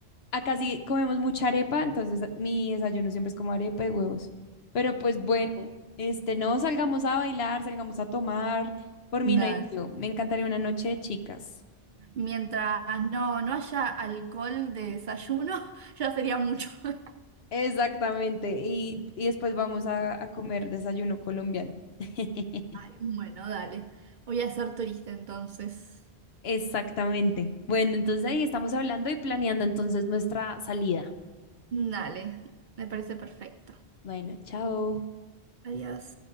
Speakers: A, on the left; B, on the right.
A: acá sí comemos mucha arepa, entonces eh, mi desayuno siempre es como arepa y huevos. Pero pues bueno, este, no salgamos a bailar, salgamos a tomar. Por
B: La-
A: mí no hay lío. Me encantaría una noche de chicas.
B: Mientras no, no haya alcohol de desayuno, <laughs> ya sería mucho. <laughs>
A: Exactamente. Y, y después vamos a, a comer desayuno colombiano. <laughs>
B: Ay, Bueno, dale. Voy a ser turista entonces.
A: Exactamente. Bueno, entonces ahí estamos hablando y planeando entonces nuestra salida.
B: Dale, me parece perfecto.
A: Bueno, chao.
B: Adiós.